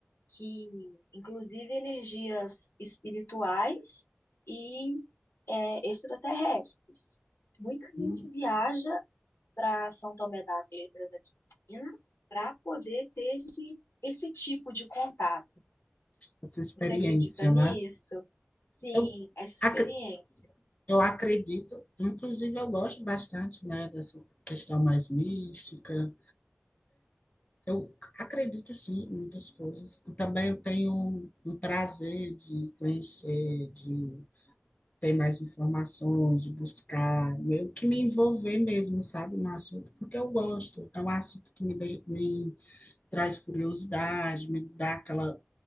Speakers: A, on the left (about 85°); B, on the left (about 40°).
A: que, inclusive, energias espirituais e é, extraterrestres. Muita gente
B: Hum,
A: viaja para São Tomé das Letras aqui em Minas para poder ter esse, esse tipo de contato.
B: essa experiência,
A: Você acredita nisso?
B: né?
A: Sim,
B: Eu,
A: essa experiência.
B: ac- eu acredito, inclusive eu gosto bastante, né, dessa questão mais mística. Eu acredito sim em muitas coisas. E também eu tenho um prazer de conhecer, de ter mais informações, de buscar, meio que me envolver mesmo, sabe, no assunto, porque eu gosto. É um assunto que me, deixa- me traz curiosidade, me dá aquela